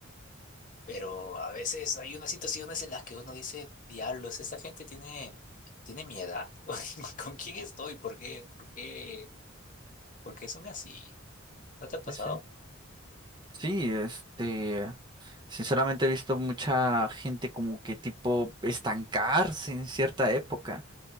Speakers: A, on the left; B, on the right.
A: pero a veces hay unas situaciones en las que uno dice, diablos, esta gente tiene, tiene mi edad. <laughs> ¿Con con quién estoy? ¿Por qué? ¿Por qué? ¿Por qué son así? ¿No te ha pasado?
B: Sí, sí. Sí, este, sinceramente he visto mucha gente como que tipo estancarse en cierta época.